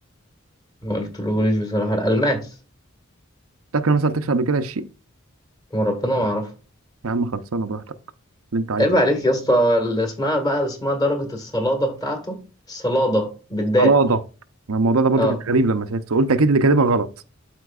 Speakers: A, on the left (about 20°); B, on the right (about 85°).
A: ما قلتلهوليش بصراحة الالماس
B: تاكل مثلا تكشف قبل كده الشيء
A: وربنا ما اعرفه
B: يا عم خلصانه براحتك اللي انت عايزه
A: عيب عليك يا اسطى اللي اسمها بقى اسمها درجة الصلادة بتاعته الصلادة بالدال
B: صلاده أنا الموضوع ده برضه
A: اه
B: كان غريب لما شفته قلت اكيد اللي كاتبها غلط